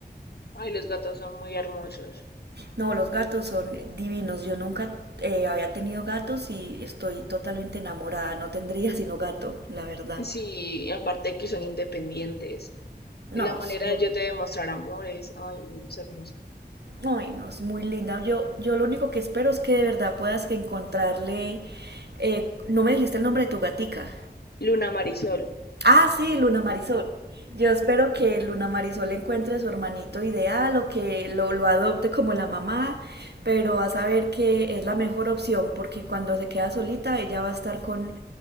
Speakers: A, on the left (about 70°); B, on the right (about 75°).
A: Ay, los gatos son muy hermosos.
B: No, los gatos son divinos. Yo nunca eh, había tenido gatos y estoy totalmente enamorada. No tendría sino gato, la verdad.
A: Sí, aparte de que son independientes. La
B: No,
A: manera
B: so-
A: de yo te demostrar amor es, ay, no, es hermosa.
B: ay, no, es muy linda. Yo, yo lo único que espero es que de verdad puedas que encontrarle... eh, no me dijiste el nombre de tu gatica.
A: Luna Marisol.
B: Ah, sí, Luna Marisol. Yo espero que Luna Marisol encuentre a su hermanito ideal o que lo, lo adopte como la mamá, pero va a saber que es la mejor opción porque cuando se queda solita ella va a estar con,